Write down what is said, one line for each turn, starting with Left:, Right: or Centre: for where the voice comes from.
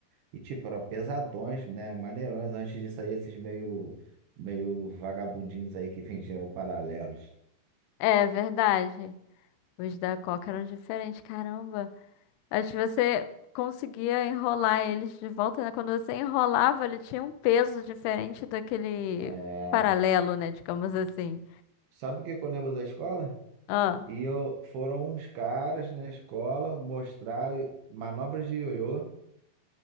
Right: E tipo, eram pesadões, né? Maneirões, antes de sair esses meio, meio vagabundinhos aí que vendiam paralelos.
Left: É verdade. Os da Coca eram diferentes, caramba. Acho que você conseguia enrolar eles de volta, né? Quando você enrolava, ele tinha um peso diferente daquele
Right: É...
Left: paralelo, né? Digamos assim.
Right: Sabe o que que eu lembro da escola?
Left: Ah,
Right: E eu, foram uns caras na escola mostrar manobras de ioiô